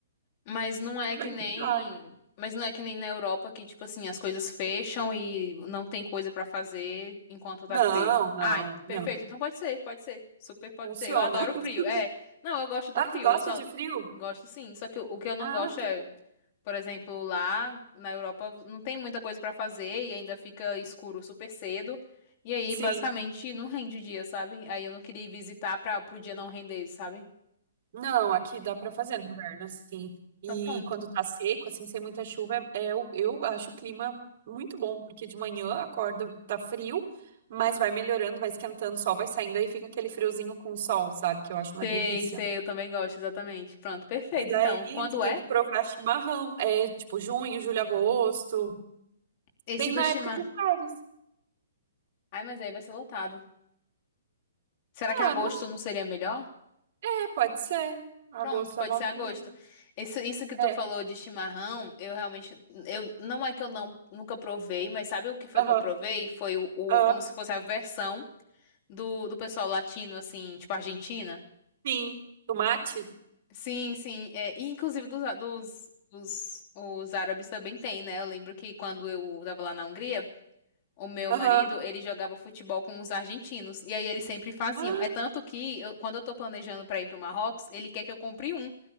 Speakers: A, on the left; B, on the right.
A: Mas não é
B: que vai
A: que nem,
B: ficar.
A: mas não é que nem na Europa que tipo assim, as coisas fecham e não tem coisa pra fazer enquanto tá
B: Não,
A: frio.
B: não,
A: Ai, perfeito.
B: não.
A: Então pode ser, pode ser. Super pode
B: Funciona.
A: ser. Eu adoro frio.
B: <laughs>
A: É. Não, eu gosto do
B: Ah,
A: frio.
B: tu gosta
A: Eu só
B: de frio?
A: gosto sim, só que o o que eu não
B: Ah,
A: gosto
B: que
A: é,
B: bom.
A: por exemplo, lá na Europa não tem muita coisa pra fazer e ainda fica escuro super cedo. E aí,
B: Sim.
A: basicamente, não rende o dia, sabe? Aí eu não queria ir visitar para pro dia não render, sabe?
B: Não, aqui dá pra fazer no inverno, assim. E
A: Então pronto.
B: quando tá seco, assim, sem muita chuva, é, é o- eu acho o clima muito bom, porque de manhã acorda, tá frio, mas vai melhorando, vai esquentando, o sol vai saindo, aí fica aquele friozinho com sol, sabe? Que eu acho uma
A: Sei,
B: delícia.
A: sei, eu também gosto, exatamente. Pronto, perfeito.
B: E daí
A: Então, quando
B: tu tem
A: é?
B: que provar chimarrão. É tipo junho, julho, agosto.
A: Esse
B: Bem
A: do
B: na
A: Shimar.
B: época de férias.
A: Ai, mas aí vai ser lotado. Será que
B: Ah,
A: agosto
B: não.
A: não seria melhor?
B: É, pode ser. Agosto
A: Pronto, pode
B: é uma
A: ser agosto.
B: boa.
A: Isso, isso que tu
B: É.
A: falou de chimarrão, eu realmente, eu não é que eu não nunca provei, mas sabe o que foi
B: Aham.
A: que eu provei? Foi o, o-
B: ah,
A: como se fosse a versão do, do pessoal latino, assim, tipo Argentina.
B: Sim. Tomate?
A: Sim, sim. É, e inclusive dos, dos, dos os árabes também tem, né? Eu lembro que quando eu tava lá na Hungria O meu
B: Aham.
A: marido, ele jogava futebol com os argentinos. E aí eles sempre faziam.
B: Ah,
A: É tanto que, eu- quando eu tô planejando pra ir pro Marrocos, ele quer que eu compre um.